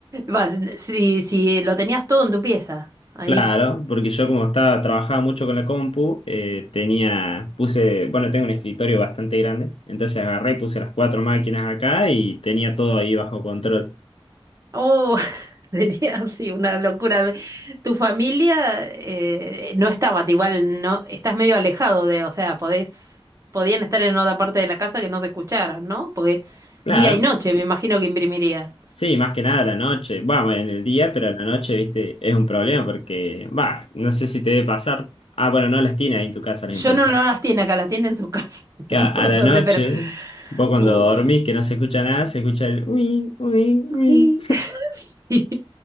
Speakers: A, on the right; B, on the left.
A: Va, si, si lo tenías todo en tu pieza, ahí.
B: Claro, porque yo como estaba, trabajaba mucho con la compu, eh, tenía, puse, bueno, tengo un escritorio bastante grande, entonces agarré y puse las cuatro máquinas acá y tenía todo ahí bajo control.
A: Oh, <laughs> sería así una locura. Tu familia eh, no estaba, igual no, estás medio alejado de, o sea, podés, podían estar en otra parte de la casa que no se escucharan, ¿no? Porque
B: Claro,
A: día y noche me imagino que imprimiría.
B: sí, más que nada a la noche, vamos, en el día, pero a la noche, viste, es un problema porque, va, no sé si te debe pasar. Ah, bueno, no las tienes ahí en tu casa las
A: Yo
B: impresoras.
A: no, no las tiene acá, las tiene en su casa, <laughs>
B: Que a, a
A: por
B: la
A: suerte,
B: noche,
A: pero
B: vos cuando
A: uh,
B: dormís que no se escucha nada, se escucha el uy, uy,
A: Uy,
B: uy.
A: <laughs> Sí.